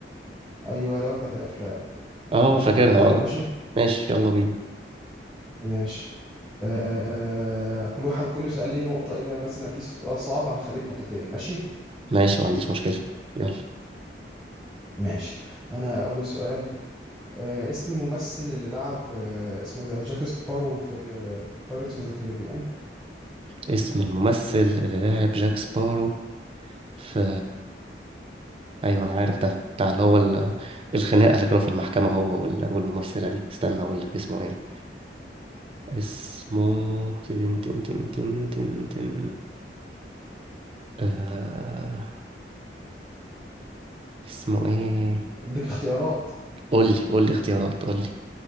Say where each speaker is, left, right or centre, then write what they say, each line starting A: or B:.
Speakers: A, in the centre; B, on the right.
A: ايوه اللعبه بتاعت الافلام
B: اه
A: ماشي
B: فاكرها
A: هبدا
B: اه
A: انا ماشي
B: ماشي يلا بينا
A: ماشي آه... كل واحد كل سؤال ليه نقطه الا مثلا في سؤال صعب هنخليه بنقطتين ماشي
B: ماشي ما عنديش مشكله يلا
A: ماشي انا اول سؤال آه... اسم الممثل اللي لعب آه... اسمه ايه ده جاك سبارو في بايرتس اوف ذا كاريبيان
B: اسم الممثل اللي لعب جاك سبارو في ايوه انا عارف ده بتاع اللي هو ال- الخناقه اللي كانوا في المحكمه هو وال- والممثله دي استنى اقول لك اسمه ايه اسمه تن تن تن تن تن تن. آه... اسمه ايه
A: اديك <laughs> اختيارات
B: قول لي قول لي اختيارات قول لي